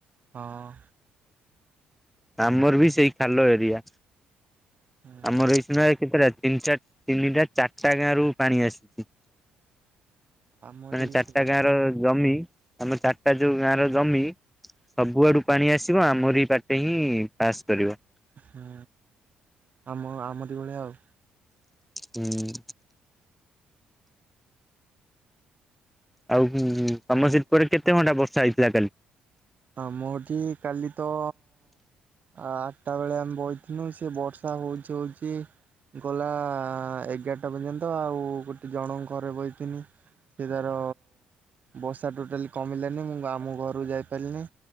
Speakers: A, on the right (about 45°); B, in the centre.
A: ହଁ।
B: ଆମର ବି ସେଇ ଖାଲ ଏରିଆ
A: ହଁ
B: ଆମର ଏଇ ସିନା କେତେଟା ତିନି ଚାରି ତିନିଟା ଚାରିଟା ଗାଁ ରୁ ପାଣି ଆସିଛି।
A: ଆମ ଏଠି
B: ମାନେ
A: ବି
B: ଚାରିଟା
A: ସେଇଆ
B: ଗାଁ ର ଜମି ଆମ ଚାରିଟା ଯୋଉ ଗାଁ ର ଜମି ସବୁଆଡୁ ପାଣି ଆସିବ ଆମରି ପଟେ ହିଁ ପାସ୍ କରିବ।
A: ହୁଁ ଆମ -ଆମରି ଭଳିଆ ଆଉ।
B: ହୁଁ। ଆଉ ହୁଁ ହିଁ ତମର ସେପଟେ କେତେ ଘଣ୍ଟା ବର୍ଷା ହେଇଥିଲା କାଲି?
A: ଆମଠି କାଲି ତ ଆ ଆଠଟା ବେଳେ ଆମେ ବସିଥିଲୁ ସେ ବର୍ଷା ହଉଛି ହଉଛି। ଗଲା ଏଗାରଟା ପର୍ଯ୍ୟନ୍ତ ଆଉ ଗୋଟେ ଜଣଙ୍କ ଘରେ ବସିଥିନି। ସେ ତାର ବର୍ଷା ଟୋଟାଲି କମିଲାନି ମୁଁ ଆମ ଘରକୁ ଯାଇ ପାରିଲିନି